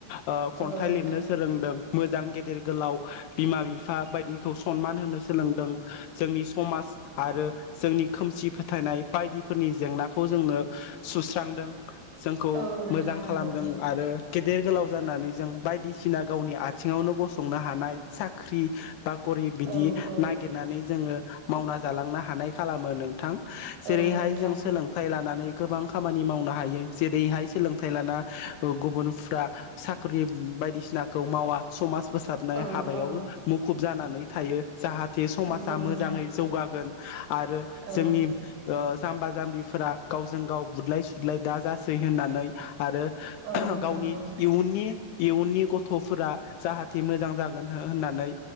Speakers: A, on the left; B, on the right.
A: ओ खन्थाइ
B: औ नोंथां
A: लिरनो सोलोंदों मोजां गेदेर गोलाव बिमा बिफा बायदिखौ सनमान होनो सोलोंदों जोंनि समाज आरो जोंनि खोमसि फोथायनाय बायदिफोरनि जेंनाखौ जोंनो सुस्रांदों जोंखौ
B: औ नोंथां
A: मोजां
B: नंगौ
A: खालामदों आरो गेदेर गोलाव जानानै जों बायदिसिना गावनि आथिङावनो गसंनो हानाय साख्रि बा करि बिदि
B: औ औ
A: नागिरनानै जोङो मावना जालांनो हानाय खालामो नोंथां। जेरैहाय
B: औ नोंथां
A: जों
B: नंगौ
A: सोलोंथाइ लानानै गोबां खामानि मावनो हायो जेरैहाय सोलोंथाइ लाना गुबुनफ्रा साख्रि बायदिसिनाखौ मावा समाज फोसाबनाय
B: औ
A: हाबायाव
B: औ
A: मुखुब जानानै थायो जाहाथे समाजा
B: नंगौ
A: मोजाङै
B: नोंथां
A: जौगागोन आरो
B: औ
A: जोंनि ओ जाम्बा जाम्बिफोरा गावजों गाव बुदलाय सुदलाय दा जासै होननानै आरो
B: औ
A: गावनि
B: नंगौ नोंथां
A: इयुननि इयुननि गथ'फोरा जाहाथे मोजां जागोन होननानै